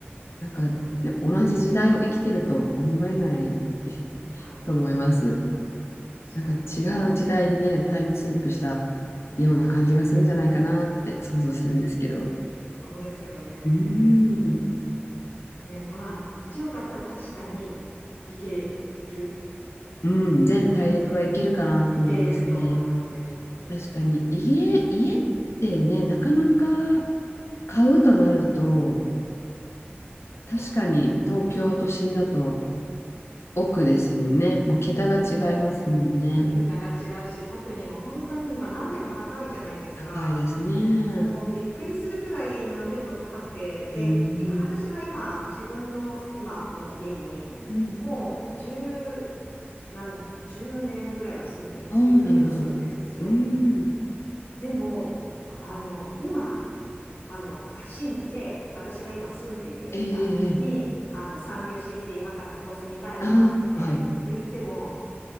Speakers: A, on the left; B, on the left.
A: なんか、
B: なんか
A: ね、同じ時代を生きてると思えない <laughs>
B: はい。
A: と思います。
B: 確かに確かに。
A: なんか違う時代にね、タイムスリップしたような感じがするんじゃないかなって想像するんですけど。
B: そうですよね。
A: うーん。
B: うん。でもまあ、1億あったら確かにいける
A: うん、
B: かな。
A: 全大陸はいけるかなと思いますね。
B: うん。いけると思いますね。
A: 確かに家、
B: ね。
A: 家ってね、なかなか買うとなると、
B: そう、そう、
A: 確かに東京都心だと奥ですよね。
B: そ
A: もう桁が違いますもんね。
B: う。もう、うん桁が違うし、特にもう本当に今何でも高いじゃないですか。
A: 高いですね。
B: もうびっくりするくらい何でも高くて。で、
A: うーん。
B: 今、私は今、自分の今の家に、
A: うん
B: もう10、なん10年ぐらいは住んでるんです。
A: ああ、
B: 10年以上住んでるんですよ。
A: なるほど。うーん。
B: でも、あの、今、あの、新規で私が今住んでいるエリアに、
A: ええ、ええ、
B: あの、参入してきて、今からここ住みたいなって言っても、
A: ああーはい。